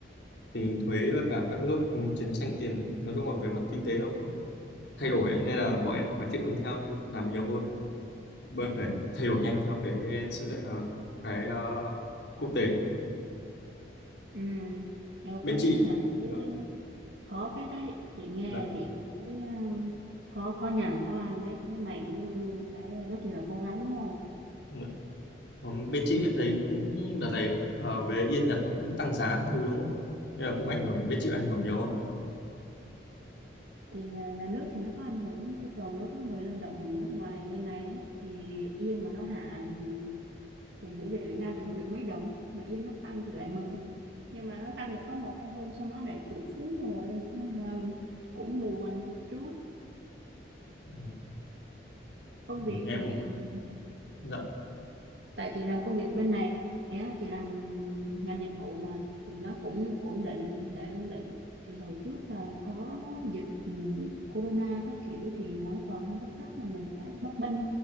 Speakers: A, on the left; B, on the right.
A: tình hình thuế với cả các nước ừ, chiến tranh tiền nói chung là về mặt kinh tế nó cũng thay đổi ấy, nên là bọn em cũng phải thích ứng theo nên làm nhiều hơn bọn em phải thay đổi nhanh theo cái sự ờ, cái ờ, quốc tế
B: Ừ, theo
A: bên
B: cái đấy
A: chị
B: ngành đấy
A: dạ,
B: khó phết đấy. Chị nghe
A: dạ,
B: chị cũng thấy à, khó khó nhằn khó ăn đấy. Thế mày cũng phải rất là cố gắng đúng không?
A: dạ. Ừm, bên chị em thấy cũng đợt này ờ, về yên Nhật nó cũng tăng giá các thứ đúng không ạ? nên là cũng ảnh hưởng bên chị ảnh hưởng nhiều không?
B: thì à, nhà nước thì nó có ảnh hưởng chứ còn đối với người lao động nước ngoài bên này ấy, thì yên mà nó hạ thì thì gửi về Việt Nam lại không được mấy đồng mà yên nó tăng thì lại mừng nhưng mà nó tăng được có một hai hôm sau nó lại tụt xuống rồi nên là cũng buồn một chút
A: Ừ,
B: công
A: ừ,
B: việc
A: em
B: thì um,
A: dạ
B: tại chị làm công việc bên này á, chị làm ngành dịch vụ mà thì nó cũng ổn định hiện tại ổn định thì hồi trước là có dịch um, corona các kiểu thì nó còn không có khách là mình phải bấp bênh